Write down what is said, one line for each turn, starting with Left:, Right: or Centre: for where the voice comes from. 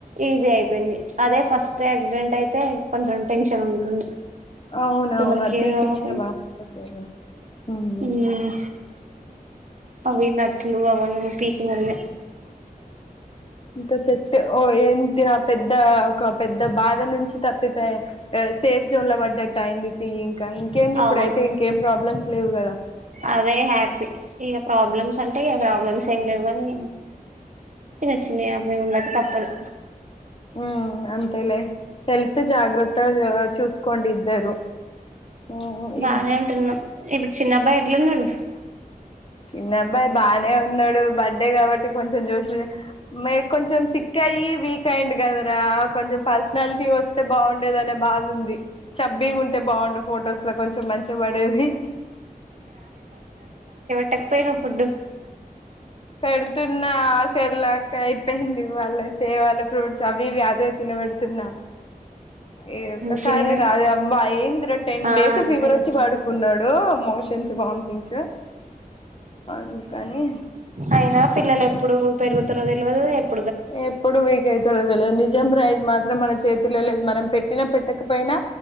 Right: ఈజీ ఐ పోయింది. అదే ఫస్ట్ యాక్సిడెంట్ అయితే కొంచెం టెన్షన్ ఉంటుంది.
Left: అవునవును
Right: తొందర
Left: అది
Right: క్యూర్
Left: తీపిచ్చిన
Right: అవ్వకుండా
Left: వాస్తది లేరా ఊ ఊ.
Right: ఉమ్ అవి నట్లూ అవన్నీ పీక్ <unintelligible>
Left: అంత సెట్ ఓ ఏంది నా పెద్ ద్దా ఒక పెద్ద బాధ నుంచి తప్పిపోయ్ ఆ సేఫ్ జోన్ లో పడ్డట్టయింది తీ ఇంకా ఇంకేంది ఇప్పుడు
Right: అవున్.
Left: అయితే ఇంకేం ప్రాబ్లమ్స్ లేవు కదా
Right: అదే హ్యాపీ. ఇగ ప్రాబ్లమ్స్ అంటే ఇగ ప్రాబ్లమ్స్ ఏం లేవు. గాన్ భయం చిన్న చిన్న అవయి ఉండక తప్పదు.
Left: ఊ అంతేలే. హెల్త్ జాగ్రత్తగ ఆ చూస్కోండి ఇద్దరూ. ఊ
Right: బానే
Left: ఊ
Right: ఉంటున్నాం ఇప్పుడు చిన్నబ్బాయి ఎట్లున్నడు.
Left: చిన్నబ్బాయి బానే ఉన్నాడు. బర్త్డే కాబట్టి కొంచెం జోష్లూ. మే కొంచెం సిక్కయీ వీక్ కైండు గదరా కొంచెం పర్సనాలిటీ వస్తే బాగుం డేదనే బాధ ఉంది. చబ్బీగ ఉంటే బాగుండు ఫొటోస్ లో కొంచెం మంచిగ పడేవి.
Right: ట్టక్ పోయిర్రు ఫుడ్డు.
Left: పెడుతున్నా ఆ సెరిలాక్ అయిపోయింది ఇవ్వాళే తేవాలే. ఫ్రూట్స్ అవివీ అదే తినబెడుతున్నా. ఏ ఒక్కసారి
Right: తినవే
Left: రాదే అబ్బా ఏందిరా టెన్
Right: ఆ
Left: డేస్
Right: అంతేలే
Left: ఫీవర్ వచ్చి పడుకున్నాడూ, మోషన్స్, వామిటింగ్స్ ఆ <unintelligible> కానీ
Right: అయినా పిల్లలు ఎప్పుడూ పెరుగుతరో తెల్వదూ ఎప్
Left: ఎప్పుడు వీక్ అయితరో తెల్వద్. నిజం రా ఇది మాత్ త్రం. మన చేతిలో లేదు. మనం పెట్టిన పెట్టకపోయినా,